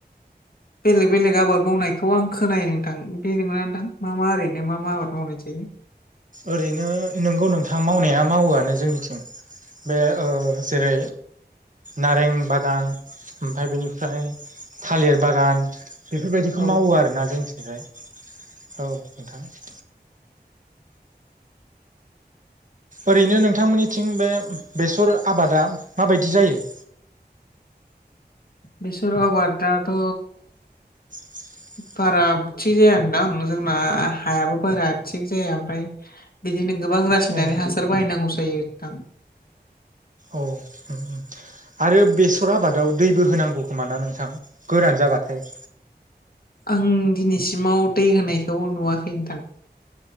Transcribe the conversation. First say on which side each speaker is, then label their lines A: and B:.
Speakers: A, on the left; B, on the right.
A: बेलेग बेलेग आबाद मावनायखौ आं खोनायो नोंथां बे नंगौना नोंथां मा मा ओरैनो मा मा आबाद मावनाय जायो?
B: ओरैनो नोंगौ नोंथां मावनाया मावोआनो जोंनिथिं बे जेरै नारें बागान ओमफफ्राय बेनिफ्राय थालिर बागान बेफोरबायदिखौ
A: औ
B: मावो आरोोना जोंनिथिंजाय औ नोंथां। ओरैनो नोंथांमोननिथिं बे बेसर आबादा माबायदि जायो?
A: बेसोर आबादाथ'
B: <inaudible>
A: बारा थिग जायानदां जोंना हायाबो बारा थिग जाया ओमफाय बिदिनो गोबां रासायनानै
B: औ
A: हासार बाहायनांगौ जायो नोंथां।
B: औ उम उम आरो बेसर आबादाव दैबो होनांगौ खोमा ना नोंथां गोरान जाबाथाय?
A: आं दिनैसिमाव दै होनायखौ नुवाखै नोंथां।